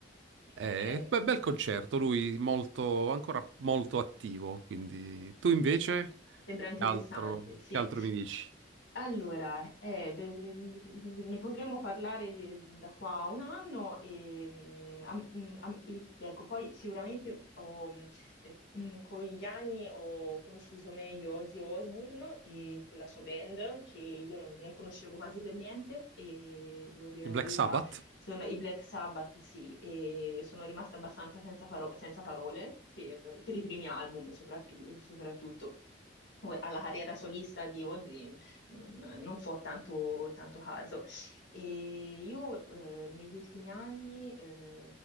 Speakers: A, on the right; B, on the left.
A: Eh,
B: ok.
A: beh, bel concerto, lui molto, ancora molto attivo. Quindi tu invece,
B: Sembra interessante,
A: che altro,
B: sì.
A: che altro mi dici?
B: Allora, eh, de- de- de- de- ne potremmo parlare de- da qua a un anno e, mm, am- mm, am- i- ecco, poi sicuramente ho, mm, eh, mm, con gli anni ho conosciuto meglio Ozzy Osbourne e con la sua band che io non, non conoscevo quasi per niente e devo dire
A: Il
B: la
A: Black
B: verità,
A: Sabbath?
B: sono, i Black Sabbath sì, e sono rimasta abbastanza senza, paro- senza parole per, per i primi album soprattutto. soprattutto. Ora, alla carriera solista di Ozzy non, non fo tanto, tanto caso. E io eh, negli ultimi anni eh,